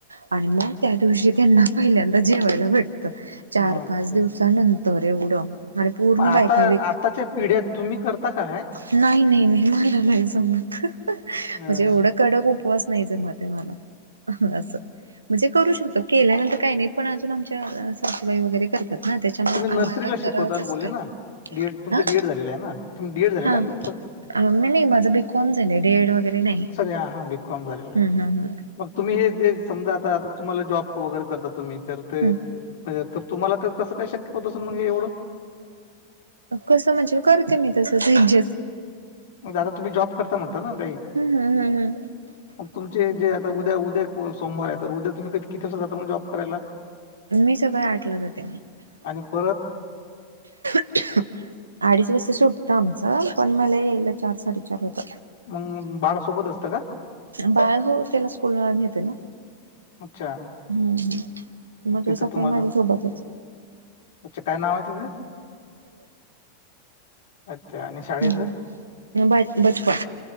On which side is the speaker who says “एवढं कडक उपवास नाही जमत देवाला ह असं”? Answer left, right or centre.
Right